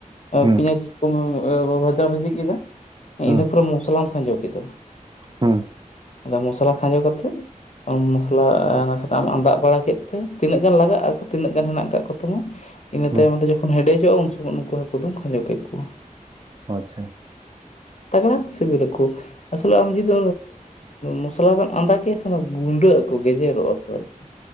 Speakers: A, on the right (about 35°); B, on the left (about 55°).
A: ᱦᱩᱸ
B: ᱯᱤᱸᱭᱟᱡ ᱠᱚ <unintelligible> ᱵᱷᱟᱡᱟ ᱵᱷᱟᱹᱡᱤ ᱠᱮᱫᱟ
A: ᱦᱩᱸ
B: ᱤᱱᱟᱹ ᱯᱚᱨᱮ ᱢᱚᱥᱞᱟᱢ ᱠᱷᱟᱸᱡᱚ ᱠᱮᱫᱟ᱾
A: ᱦᱩᱸ᱾
B: ᱟᱫᱚ ᱢᱚᱥᱞᱟ ᱠᱷᱟᱸᱡᱚ ᱠᱟᱛᱮᱫ ᱢᱚᱥᱞᱟ ᱱᱟᱥᱮ ᱱᱟᱜ ᱮᱢ ᱟᱸᱫᱟᱜ ᱵᱟᱲᱟ ᱠᱮᱫ ᱛᱮ ᱛᱤᱱᱟᱹᱜ ᱜᱟᱱ ᱞᱟᱜᱟᱜᱼᱟ ᱛᱤᱱᱟᱹᱜ ᱜᱟᱱ ᱦᱮᱱᱟᱜ ᱠᱟᱜ ᱠᱚᱛᱟᱢᱟ ᱤᱱᱟᱹ ᱛᱟᱭᱚᱢ
A: ᱦᱩᱸ
B: ᱛᱮ ᱡᱚᱠᱷᱚᱱ ᱦᱮᱸᱰᱮᱡᱚᱜᱼᱟ ᱩᱱ ᱥᱚᱢᱚᱭ ᱩᱱᱠᱩ ᱦᱟᱹᱠᱩ ᱫᱚᱢ ᱠᱷᱟᱸᱡᱚ ᱠᱮᱫ ᱠᱚᱣᱟ᱾
A: ᱚ ᱟᱪᱪᱷᱟ᱾
B: ᱛᱟᱜᱽᱲᱟ ᱠᱚ ᱥᱤᱵᱤ ᱟᱠᱚ ᱟᱥᱚᱞᱮ ᱟᱢ ᱡᱩᱫᱤ ᱢᱚᱥᱞᱟ ᱨᱮᱢ ᱟᱸᱫᱟᱜᱽ ᱮᱭᱟ ᱥᱮ ᱜᱩᱸᱰᱟᱹᱜ ᱟᱠᱚ ᱜᱮᱡᱮᱨᱚᱜ ᱟᱠᱚ ᱟᱨᱠᱤ